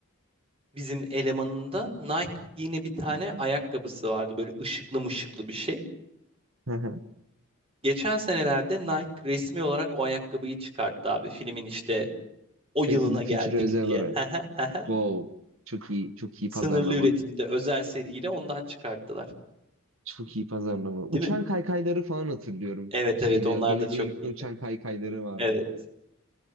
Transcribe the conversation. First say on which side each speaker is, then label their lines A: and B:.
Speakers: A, on the right (about 25°); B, on the right (about 65°).
A: bizim elemanında Nike yine bir tane ayakkabısı vardı. Böyle ışıklı mışıklı bir şey.
B: Hı hı.
A: Geçen senelerde Nike resmi olarak o ayakkabıyı çıkarttı abi. Filmin işte o yılına
B: Back to the
A: geldik
B: Future'a özel
A: diye.
B: olarak.
A: <laughs>
B: Wow. Çok iyi, çok iyi
A: Sınırlı
B: pazarlama.
A: üretimde özel seriyle ondan çıkarttılar.
B: Çok iyi pazarlama. Uçan
A: Değil mi?
B: kaykayları falan hatırlıyorum.
A: Evet
B: Şeyde
A: evet onlar
B: geleceğe
A: da çok
B: gitme
A: iyiydi.
B: uçan kaykayları vardı.
A: Evet.